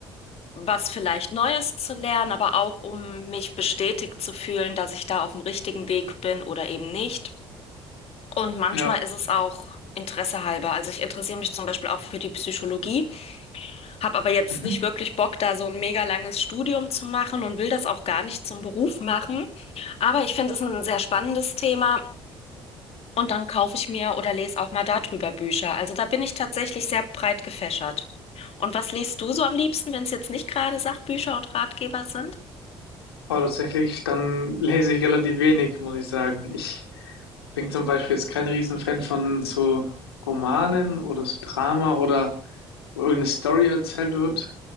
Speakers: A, on the left (about 50°); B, on the left (about 85°).
A: was vielleicht Neues zu lernen, aber auch um mich bestätigt zu fühlen, dass ich da auf dem richtigen Weg bin oder eben nicht. Und manchmal
B: Ja,
A: ist es auch Interesse halber. Also ich interessiere mich zum Beispiel auch für die Psychologie, habe aber jetzt
B: mhm.
A: nicht wirklich Bock, da so ein mega langes Studium zu machen und will das auch gar nicht zum Beruf machen. Aber ich finde es ein sehr spannendes Thema und dann kaufe ich mir oder lese auch mal darüber Bücher. Also da bin ich tatsächlich sehr breit gefächert. Und was liest du so am liebsten, wenn es jetzt nicht gerade Sachbücher und Ratgeber sind?
B: aber tatsächlich, dann lese ich relativ wenig, muss ich sagen. Ich bin zum Beispiel jetzt kein Riesenfan von so Romanen oder so Drama oder wo irgendeine Story erzählt wird.